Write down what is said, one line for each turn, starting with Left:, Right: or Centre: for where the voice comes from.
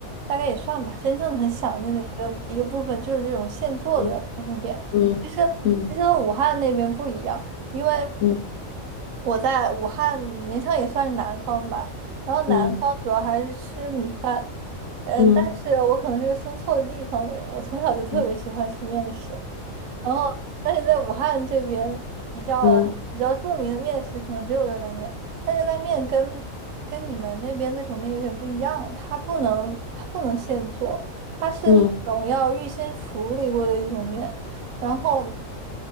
Right: 大概也算吧，真正的很想念的一个一个部分就是这种现做的那种点。
Left: 嗯嗯嗯
Right: 其实其实武汉那边不一样，因为
Left: 嗯
Right: 我在武汉勉强也算是南方吧，然后南方主要还是吃米饭，
Left: 嗯
Right: 嗯，
Left: 嗯
Right: 但是我可能是个生错的地方的人，我从小就特别喜欢吃面食。
Left: 嗯
Right: 然后，但是在武汉这边比较比较著名的面食可能只有热干面，
Left: 嗯
Right: 但热干面跟跟你们那边那种面有点不一样，它不能它不能现做，它是那种要预先处理过的一种面，
Left: 嗯。
Right: 然后